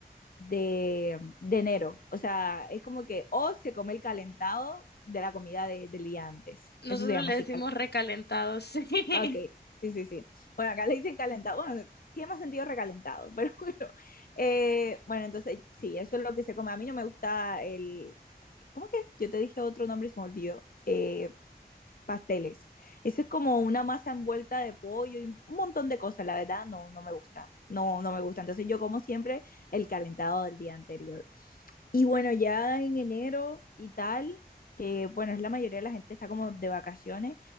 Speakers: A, on the left; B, on the left.
A: de, de enero. O sea, es como que o se come el calentado de la comida de- del día antes.
B: Nosotros
A: Eso se llama
B: le
A: así.
B: decimos
A: cal-
B: recalentados, <laughs> sí.
A: Ah, ok, sí, sí, sí. Bueno, acá le dicen calentado. Bueno, tiene más sentido recalentado, <laughs> pero bueno. Eh, bueno, entonces sí, eso es lo que se come. A mí no me gusta el... ¿Cómo es que? Yo te dije otro nombre y se me olvidó. Eh, pasteles. Eso es como una masa envuelta de pollo y un montón de cosas. La verdad, no, no me gusta. No, no me gusta. Entonces yo como siempre el calentado del día anterior. Y bueno, ya en enero y tal, que bueno, es la mayoría de la gente está como de vacaciones,